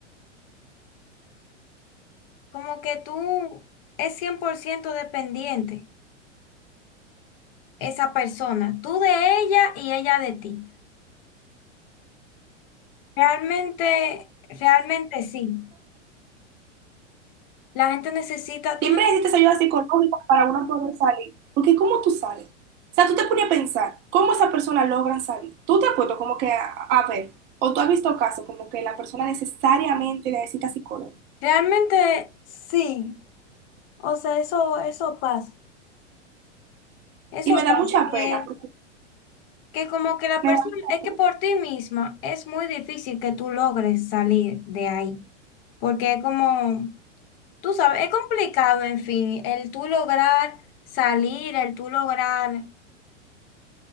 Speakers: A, on the left (about 50°); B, on the right (about 30°).
A: Como que tú es 100% dependiente esa persona, tú de ella y ella de ti. Realmente, realmente sí. La gente necesita, tú
B: Siempre
A: no-
B: necesitas ayuda psicológica para uno poder salir. Porque ¿cómo tú sales? O sea, tú te pones a pensar, ¿cómo esas personas logran salir? Tú te has puesto como que a, a ver, o tú has visto casos como que la persona necesariamente necesita psicólogo.
A: realmente sí, o sea, eso, eso pasa, eso
B: Y me da
A: pasa,
B: mucha
A: que,
B: pena, porque
A: que como que la
B: me
A: persona,
B: da mucha
A: es
B: pena.
A: que por ti misma es muy difícil que tú logres salir de ahí, porque es como, tú sabes, es complicado, en fin, el tú lograr salir, el tú lograr,